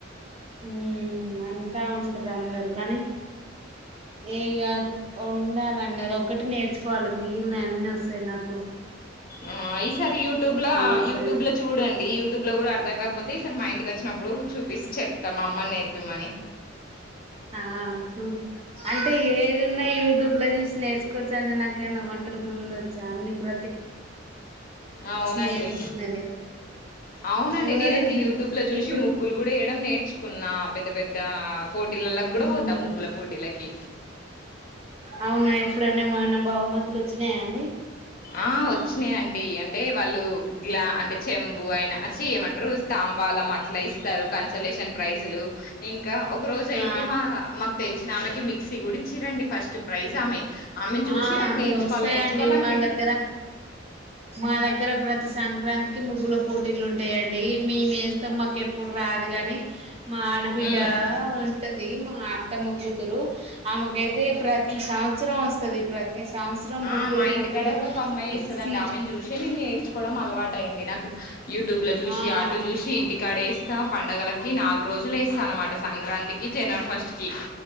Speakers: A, on the right; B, on the left.
A: ఉ అంతా ఉం అందరు కానీ ఏ ఇగ ఉండాలండి అది ఒకటి నేర్చు ఫళ మీ ఇ ఎ వస్త నా ఓ
B: ఆ ఈసారి యూట్యూబ్ లో
A: వస్తది
B: యూట్యూబ్ లో చూడండి యూట్యూబ్ లో కూడా అర్థం కాకపో ఈ సార్ మా ఇంటికి వచ్చినప్పుడు చూపిస్త చెప్తాం అమ్మని నేర్పిమని
A: ఆ చూ అంటే ఏదిన్నా యూట్యూబ్ లో చూసి నేర్చుకోవచ్చు అని నాకైనా వంటలు ముందు వచ్చా అన్ని ప్ర
B: అవునండి
A: నేర్చుకున్నదే
B: అవునండి
A: ఎవరు
B: నేనైతే యూట్యూబ్ లో చూసి
A: ఇప్పుడు
B: ముగ్గులు కూడా వయ్యడం నేర్చుకు కున్నా పెద్ద పెద్ పోటీలలోకి కూడా
A: మ్మ్
B: పోతాం ముగ్గుల పోటీలకి
A: అవునా ఎప్పుడన ఏమన్నా బహుమతులు వచ్చినాయిండి
B: ఆ వచ్చినాయిండి అంటే వాళ్ళు గ్లా అంటే చెంబు అయిన చె యమంటారు తా మ్ బళా అట్లా ఇస్తారు కన్సల్ేషన్ ప్రైజ్లు ఇంకా ఒక రోజు అయితే
A: ఆ
B: మా మాకు తెలుసు ఆమెకి మిక్సీ కూడ చ్చరండి ఫస్ట్ ప్రైజ్ ఆమె ఆమ్మెను చూసే
A: ఆ
B: నాకు నేర్చుకోవా
A: వస్తాయండి
B: నేర్చుకోవాలి
A: మా దగ్గర మా దగ్గర ప్రతి సంక్రాంతికి ముగ్గుల పోటీలు ఉంటాయండి మేము వేస్తాం మాకు ఎప్పుడు రాదు గాని మా ఆడబిడ్డ
B: హ్మ్.
A: ఉంటది మా అత్తమ్మ కూతురు ఆమె అయితే ప్రతి సంవత్సరం వస్తుంది ప్రతి సంవత్సరం ముగ్గుల
B: ఆ మా ఇంటి
A: పోటీలో
B: కడ కూడా ఒక అమ్మాయిేస్తదండి
A: మిక్సీ
B: ఆమెను చూసి నేను నేర్చుకోవడం అలవాట్ టైంది నాక్ యూట్యూబ్ లో చూసి
A: ఆ
B: ఆటు చూసి ఇంటికాడేస్తాం పండగలకి నాలుగు రోజులు వేస్తాం అన్నమాట సంక్రాంతి కి జనవరి ఫస్ట్ కి